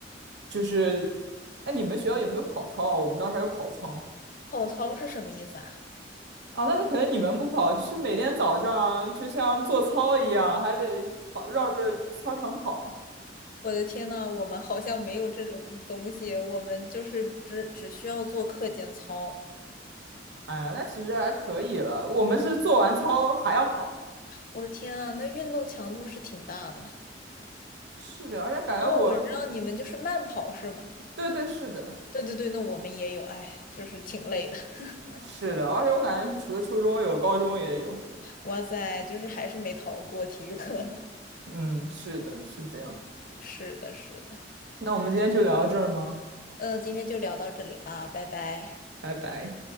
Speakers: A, on the right (about 65°); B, on the left (about 50°).
A: 就是，哎，你们学校有没有跑操啊？我们当时还有跑操。
B: 跑操是什么意思啊？
A: 啊，那是可能你们不跑，就是每天早上就像做操一样，还得跑，绕着操场跑。
B: 我的天呐，我们好像没有这种东西，我们就是只只需要做课间操。
A: 哎呀，那其实还可以了。我们是做完操还要跑。
B: 我的天啊，那运动强度是挺大的。
A: 是的，而且感觉我，
B: 哦，我知道你们就是慢跑是吗？
A: 对对，是的，
B: 对对对，那我们也有，哎，就是挺累的。<laughs>
A: 是的，而且我感觉除了初中有，高中也有。
B: 哇塞，就是还是没逃过体育课呢。
A: 嗯，是的，是这样。
B: <laughs> 是的，是的。
A: 那我们今天就聊到这儿吗？
B: 嗯，今天就聊到这里吧，拜拜。
A: 拜拜。